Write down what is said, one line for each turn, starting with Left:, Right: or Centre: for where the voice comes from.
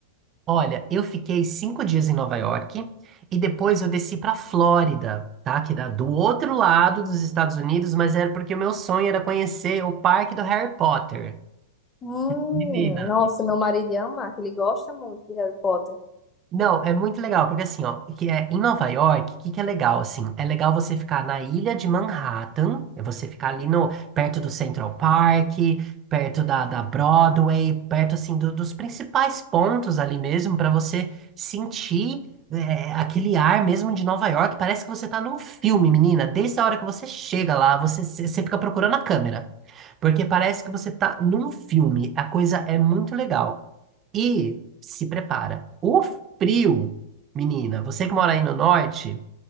Right: Olha, eu fiquei cinco dias em Nova York e depois eu desci para Flórida, tá? Que dá do outro lado dos Estados Unidos, mas era porque o meu sonho era conhecer o parque do Harry Potter.
Left: Hum,
Right: Menina,
Left: nossa, meu marido ia amar, que ele gosta muito de Harry Potter.
Right: Não, é muito legal, porque assim, ó, que é, em Nova York, o que, que é legal, assim? É legal você ficar na ilha de Manhattan, é você ficar ali no, perto do Central Park, perto da, da Broadway, perto, assim, do- dos principais pontos ali mesmo, para você sentir é, aquele ar mesmo de Nova York. Parece que você tá num filme, menina. Desde a hora que você chega lá, você, você você fica procurando a câmera, porque parece que você tá num filme. A coisa é muito legal. E se prepara. O frio, menina, você que mora aí no norte,